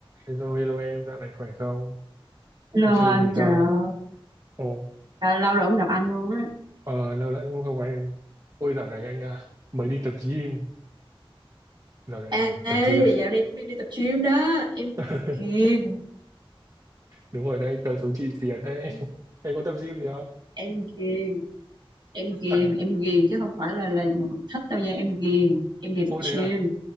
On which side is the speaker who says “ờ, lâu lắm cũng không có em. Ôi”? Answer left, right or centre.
Right